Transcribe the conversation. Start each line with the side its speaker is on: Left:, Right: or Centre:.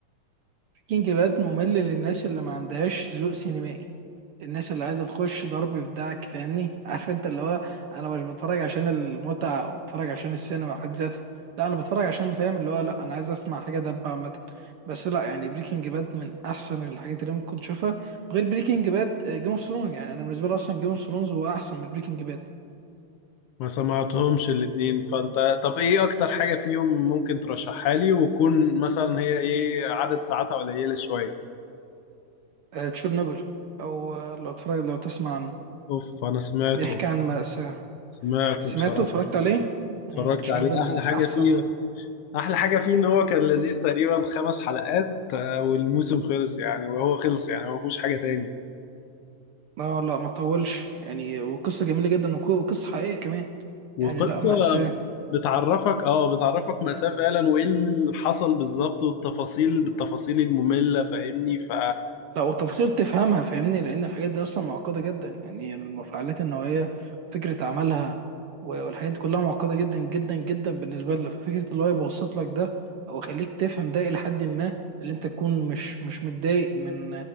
Right: كينج باد ممل للناس اللي ما عندهاش ذوق سينمائي الناس اللي عايزه تخش ضرب في دعك فاهمني عارف انت اللي هو انا مش بتفرج عشان المتعه او بتفرج عشان السينما في حد ذاتها لا انا بتفرج عشان فاهم اللي هو لا انا عايز اسمع حاجه دبه عامه بس لا يعني بريكنج باد من احسن الحاجات اللي ممكن تشوفها غير بريكنج باد جيم اوف ثرونز يعني انا بالنسبه لي اصلا جيم اوف ثرونز هو احسن من بريكنج باد
Left: ما سمعتهمش الاتنين فانت طب ايه اكتر حاجة فيهم ممكن ترشحها لي وكون مثلا هي ايه عدد ساعاتها قليلة شوية
Right: تشيرنوبل او آه، لو تفرج لو تسمع عنه
Left: اوف انا سمعته
Right: بيحكي عن مأساة
Left: سمعته
Right: سمعته
Left: بصراحة
Right: اتفرجت عليه
Left: اتفرجت
Right: مم، تشيرنوبل
Left: عليه
Right: من
Left: احلى حاجة
Right: احسن
Left: فيه احلى حاجة فيه ان هو كان لذيذ تقريبا خمس حلقات آه، والموسم خلص يعني وهو خلص يعني ما فيهوش حاجة تاني
Right: لا لا ما طولش يعني وقصة جميلة جدا وق- وقصة حقيقية كمان
Left: وقصة
Right: يعني لا مأساة
Left: بتعرفك اه بتعرفك مأساة فعلا وايه اللي حصل بالظبط والتفاصيل بالتفاصيل المملة فاهمني ف
Right: لا وتفاصيل تفهمها فاهمني لأن الحاجات دي أصلا معقدة جدا يعني المفاعلات النووية فكرة عملها و- والحاجات دي كلها معقدة جدا جدا جدا بالنسبة لنا ففكرة اللي هو يبسط لك ده أو يخليك تفهم ده إلى حد ما اللي أنت تكون مش مش متضايق من